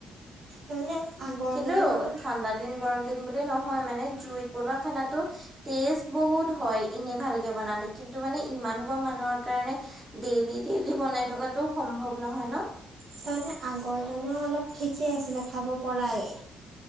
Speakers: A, on the right; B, on the right.
A: তাৰমানে আগৰজনৰ
B: কিন্তু ঠাণ্ডা দিন গৰম দিন বুলি নহ'য় মানে জুইত বনোৱা খানাতো টেষ্ট বহুত হ'য় এনে ভালকে বনালে, কিন্তু মানে ইমান খোপা মানুহৰ কাৰণে ডেইলি, ডেইলি বনাই থকাতটো সম্ভৱ নহয় ন।
A: তাৰমানে আগৰ জনৰ অলপ ঠিকে আছিলে খাব পৰায়ে